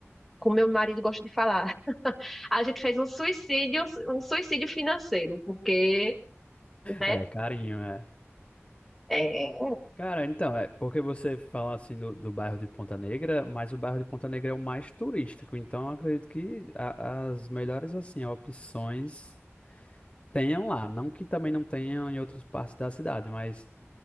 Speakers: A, in the centre; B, on the left.
A: Como meu marido gosta de falar. <laughs> A gente fez um suicídio, um suicídio financeiro, porque, né?
B: É carinho, é.
A: É, é,
B: Cara, então, é porque você fala assim do, do bairro de Ponta Negra, mas o bairro de Ponta Negra é o mais turístico, então eu acredito que a- as melhores assim opções tenham lá, não que também não tenham em outras partes da cidade, mas